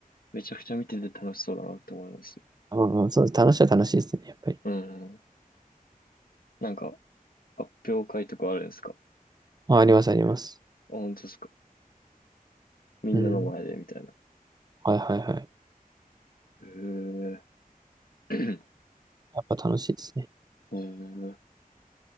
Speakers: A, on the left; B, on the right.
A: めちゃくちゃ見てて楽しそうだなって思います。
B: うんうん、そうです、楽しいは楽しいですね、やっぱり。
A: うん。なんか、発表会とかあるんですか
B: あ、あります、あります。
A: あ、本当ですか。みんなの前でみたいな。
B: うん。はいはいはい。
A: へえ。<clears throat> え
B: やっぱ楽しいですね。
A: ー、